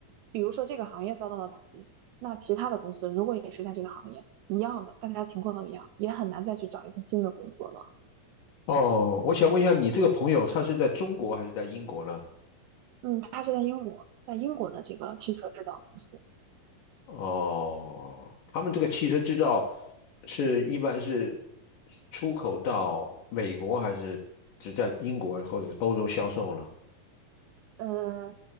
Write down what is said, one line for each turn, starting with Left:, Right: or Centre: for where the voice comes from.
Right: 比如说这个行业遭到了打击，那其他的公司如果也是在这个行业。一样的，大家情况都一样，也很难再去找一份新的工作了。
Left: 哦，我想问一下，你这个朋友他是在中国还是在英国呢？
Right: 嗯，他是在英国，在英国的这个汽车制造公司，
Left: 哦，他们这个汽车制造是一般是出口到美国，还是只在英国或者欧洲销售呢？
Right: 呃，